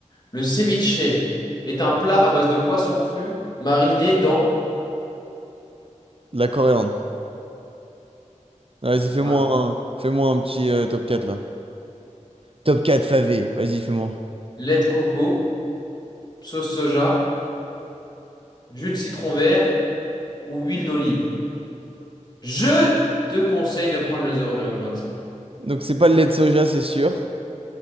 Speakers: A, on the left; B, on the right.
A: Le ceviche est un plat à base de poisson cru mariné dans
B: De la coriandre. Ah, Vas-y, fais-moi
A: Mar-
B: un, fais-moi un petit euh, top 4 là. Top 4 favé, vas-y, fais-moi.
A: lait de coco, sauce soja, jus de citron vert ou huile d'olive. Je te conseille de prendre le 0,25 points.
B: Donc, c'est pas le lait de soja, c'est sûr.